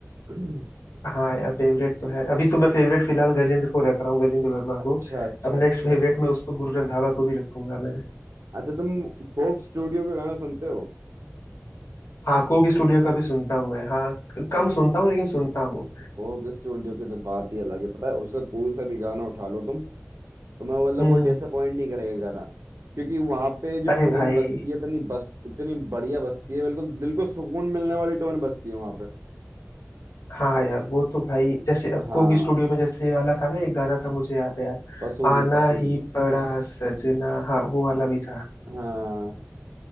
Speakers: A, on the right; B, on the left.
A: <clears throat>
B: हाँ यार फेवरेट तो है अभी तो मैं फेवरेट फिलहाल गजेंद्र को रख रहा हूँ गजेंद्र वर्मा
A: अच्छा
B: को
A: अच्छा
B: अब
A: अच्छा
B: नेक्स्ट फेवरेट में उसको गुरु रंधावा को भी रखूंगा मैं
A: अच्छा तुम कोक स्टूडियो के गाना सुनते हो
B: हाँ कोक स्टूडियो का भी सुनता हूँ मैं हाँ क- कम सुनता हूँ लेकिन सुनता हूँ
A: कोक स्टूडियो की तो बात ही अलग है पता है उसका कोई सा भी गाना उठा लो तुम तो मैं मतलब
B: हम्म
A: वो
B: हम्म
A: डिसअपॉइंट नहीं करेगा गाना क्योंकि वहां पे जो
B: अरे
A: टोन
B: भाई
A: बजती है इतनी बस इतनी बढ़िया बजती है बिल्कुल दिल को सुकून मिलने वाली टोन बजती है वहां पे
B: हाँ यार वो तो भाई जैसे अब
A: हाँ
B: कोक स्टूडियो में जैसे ये वाला था ना एक गाना था मुझे याद है यार
A: पसूरी
B: आना
A: पसूरी
B: ही पड़ा सजना हाँ वो वाला भी था
A: हाँ